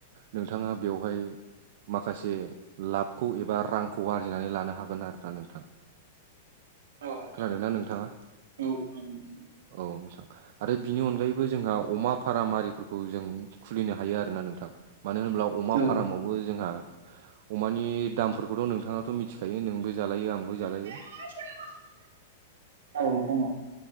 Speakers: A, on the right (about 60°); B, on the right (about 85°).
A: नोंथाङा बेवहाय माखासे लाबखौ एबा रांखौ आर्जिनानै लानो हागोन आरोना नोंथां।
B: औ नोंथां
A: खोनादोंना नोंथाङा
B: औ।
A: औ नोंथां। आरो बिनि अनगायैबो जोंहा अमा फार्म आरिफोरखौ जों खुलिनो हायो आरोना नोंथां। मानो होनब्ला अमा
B: औ
A: फार्मावबो जोंहा अमानि दामफोरखौथ' नोंथाङाथ' मिथिखायो नोंबो जालायो आंबो जालायो।
B: <unintelligible> औ नोंथां औ।